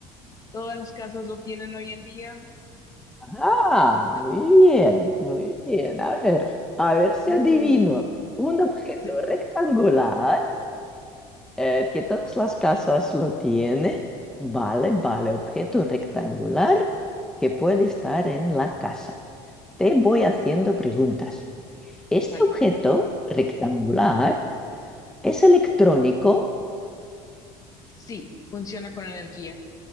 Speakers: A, on the left; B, in the centre.
A: todas las casas lo tienen hoy en día.
B: Ah,
A: Ah,
B: muy bien, muy bien. A ver, a ver si
A: mm,
B: adivino. Un objeto
A: se-
B: rectangular eh, que todas las casas lo tienen. Vale, vale, objeto rectangular que puede estar en la casa. Te voy haciendo preguntas. Este
A: vale,
B: objeto rectangular es electrónico.
A: sí, funciona con energía.